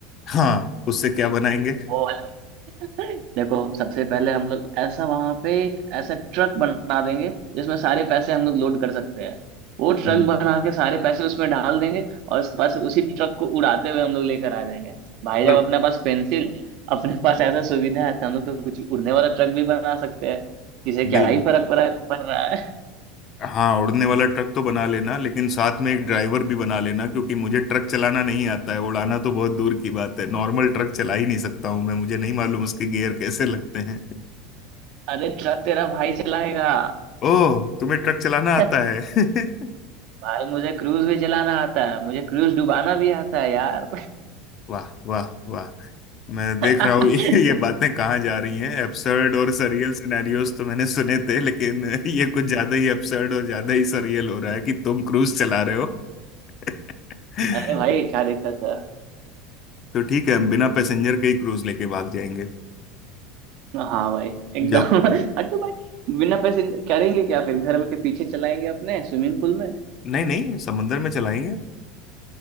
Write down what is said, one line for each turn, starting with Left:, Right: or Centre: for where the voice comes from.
Left: हाँ उससे क्या बनाएंगे
Right: वो वाला <laughs> देखो सबसे पहले हम लोग ऐसा वहां पे एक ऐसा ट्रक बना देंगे जिसमें सारे पैसे हम लोग लोड कर सकते हैं वो ट्रक
Left: हम्म
Right: बना के सारे पैसे उसमें डाल देंगे और उसके बाद से उसी ट्रक को उड़ाते हुए हम लोग लेकर आ जाएंगे भाई
Left: पर
Right: जब अपने पास पेंसिल है अपने पास ऐसा सुविधा है तो हम लोग तो कुछ उड़ने वाला ट्रक भी बना सकते हैं किसे क्या
Left: बिल
Right: ही फर्क पड़ा पड़ रहा है
Left: हाँ उड़ने वाला ट्रक तो बना लेना लेकिन साथ में एक ड्राइवर भी बना लेना क्योंकि मुझे ट्रक चलाना नहीं आता है उड़ाना तो बहुत दूर की बात है नॉर्मल ट्रक चला ही नहीं सकता हूँ मैं मुझे नहीं मालूम उसके गियर कैसे लगते हैं
Right: <laughs> अरे ट्रक तेरा भाई चलाएगा
Left: ओह तुम्हें ट्रक चलाना आता
Right: <laughs>
Left: है <laughs>
Right: भाई मुझे क्रूज भी चलाना आता है मुझे क्रूज डुबाना भी आता है यार
Left: वाह वाह वाह मैं देख
Right: <laughs>
Left: रहा हूँ <laughs> ये ये बातें कहाँ जा रही हैं एब्सर्ड और सरियल सिनेरियोस तो मैंने सुने थे लेकिन <laughs> ये कुछ ज्यादा ही एब्सर्ड और ज्यादा ही सरियल हो रहा है कि तुम क्रूज चला रहे हो <laughs>
Right: अरे भाई क्या देखा था
Left: तो ठीक है हम बिना पैसेंजर के ही क्रूज लेके भाग जाएंगे
Right: हाँ भाई एकदम
Left: जब
Right: <laughs> अरे तो भाई बिना पैसे करेंगे क्या फिर घर के पीछे चलाएंगे अपने स्विमिंग पूल में
Left: नहीं नहीं समुंदर में चलाएंगे